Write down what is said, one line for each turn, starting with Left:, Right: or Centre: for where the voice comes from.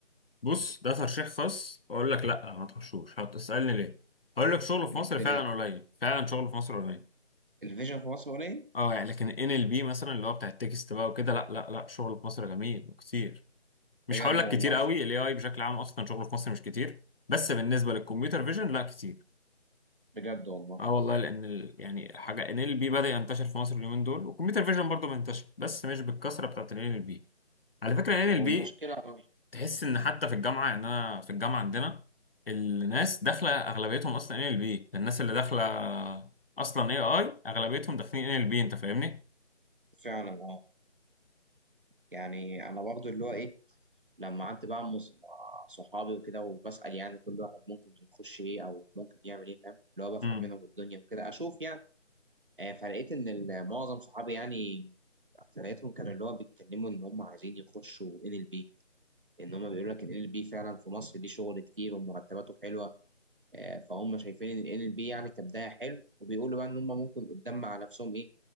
Left: بص ده ترشيح خاص اقول لك لا ما تخشوش هتسالني ليه هقول لك شغل
Right: بجد
Left: في مصر فعلا
Right: ليه
Left: قليل فعلا شغل في مصر قليل
Right: الفيجن في مصر قليل
Left: اه يعني لكن ان ال بي مثلا اللي هو بتاع التكست بقى وكده لا لا لا شغل في مصر جميل وكتير مش
Right: بجد
Left: هقول لك
Right: والله
Left: كتير قوي الاي اي بشكل عام اصلا شغله في مصر مش كتير بس بالنسبه للكمبيوتر فيجن لا كتير
Right: بجد والله
Left: اه والله لان ال... يعني حاجه ان ال بي بدا ينتشر في مصر اليومين دول والكمبيوتر فيجن برضه منتشر بس مش بالكثره بتاعت ان ال بي على فكرة ان ال
Right: هو
Left: بي
Right: المشكله اه
Left: تحس ان حتى في الجامعة يعني انا في الجامعة عندنا الناس داخلة اغلبيتهم اصلا ان ال بي الناس اللي داخلة اصلا اي اي اغلبيتهم داخلين ان ال بي انت فاهمني؟
Right: فعلا اه يعني انا برضو اللي هو ايه لما قعدت بقى مع ص- مع صحابي وكده وبسال يعني كل واحد ممكن يخش ايه او ممكن يعمل ايه فاهم اللي هو بفهم
Left: امم
Right: منهم الدنيا وكده اشوف يعني آه، فلقيت ان ال- معظم صحابي يعني اكثريتهم كانوا اللي هو بيتكلموا ان هم عايزين يخشوا ان ال بي ان هم بيقولوا لك ان ال بي فعلا في مصر دي شغل كتير ومرتباته حلوه آه، فهم شايفين ان ال بي يعني كبدايه حلو وبيقولوا بقى ان هم ممكن قدام مع نفسهم ايه